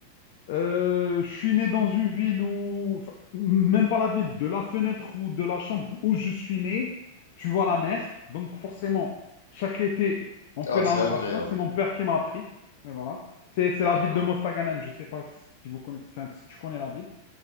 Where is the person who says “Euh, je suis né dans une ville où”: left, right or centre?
Left